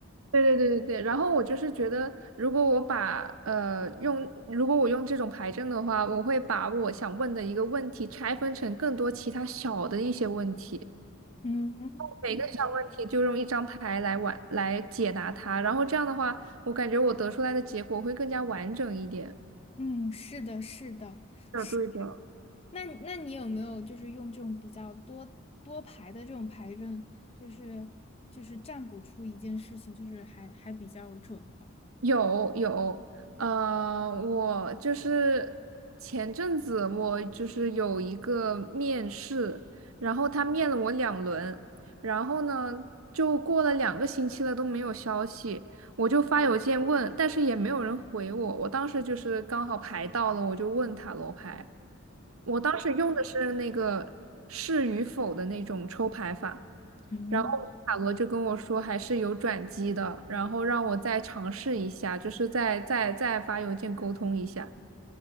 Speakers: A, on the right; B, on the left.
A: 对对对对对。然后我就是觉得，如果我把呃用，如果我用这种牌阵的话，我会把我想问的一个问题拆分成更多其他小的一些问题。
B: 嗯嗯
A: 每个小问题就用一张牌来完来解答它，然后这样的话，我感觉我得出来的结果会更加完整一点。
B: 嗯，是的，是的。
A: 的，
B: 是。
A: 对的。
B: 那那你有没有就是用这种比较多多排的这种排阵，就是就是占卜出一件事情，就是还还比较准的？
A: 有有，呃，我就是前阵子我就是有一个面试，然后他面了我两轮，然后呢就过了两个星期了都没有消息，我就发邮件问，但是也没有人回我，我当时就是刚好排到了，我就问塔罗牌。我当时用的是那个是与否的那种抽牌法，
B: 嗯
A: 然后塔罗就跟我说还是有转机的，然后让我再尝试一下，就是再再再发邮件沟通一下。